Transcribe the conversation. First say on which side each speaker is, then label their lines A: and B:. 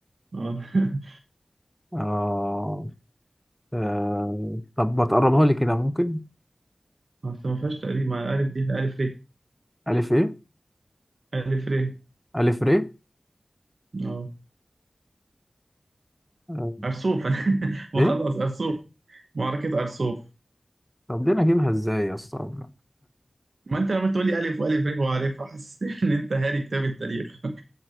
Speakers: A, on the right; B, in the centre.
A: اه <laughs>
B: آه. آه. طب ما تقربها لي كده ممكن
A: اصل ما فيهاش تقريب مع الف دي الف ر
B: ألف إيه
A: الف ر
B: ألف ر
A: اه
B: آه.
A: ارسوف <laughs> ما
B: إيه
A: خلاص ارسوف معركة ارسوف
B: طب دي أنا أجيبها إزاي يا اسطى <laughs>
A: ما انت لما تقول لي الف والف ر وعارفها حسستني ان انت هاري كتاب التاريخ